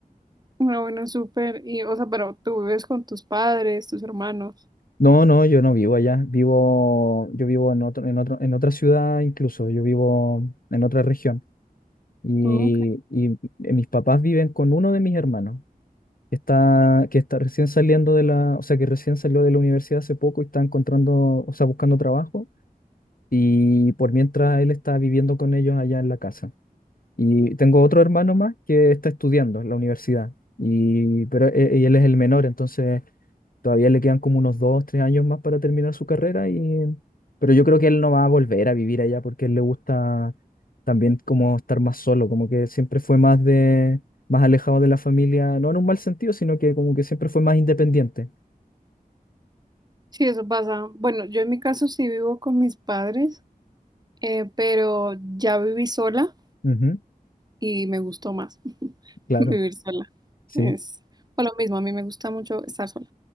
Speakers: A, on the right; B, on the left.
A: Ah, bueno, súper. Y, o sea, pero tú vives con tus padres, tus hermanos.
B: No, no, yo no vivo allá. Vivo, yo vivo en otro, en otro, en otra ciudad incluso. Yo vivo en otra región. Y,
A: Ok.
B: y mis papás viven con uno de mis hermanos, que está, que está recién saliendo de la, o sea, que recién salió de la universidad hace poco y está encontrando, o sea, buscando trabajo. Y por mientras él está viviendo con ellos allá en la casa. Y tengo otro hermano más que está estudiando en la universidad, y, pero e- y él es el menor, entonces todavía le quedan como unos dos, tres años más para terminar su carrera, y, pero yo creo que él no va a volver a vivir allá porque a él le gusta también como estar más solo, como que siempre fue más de, más alejado de la familia, no en un mal sentido, sino que como que siempre fue más independiente.
A: Sí, eso pasa. Bueno, yo en mi caso sí vivo con mis padres, eh, pero ya viví sola
B: Ujú,
A: y me gustó más <laughs>
B: claro,
A: vivir sola.
B: sí.
A: Es o lo mismo, a mí me gusta mucho estar sola.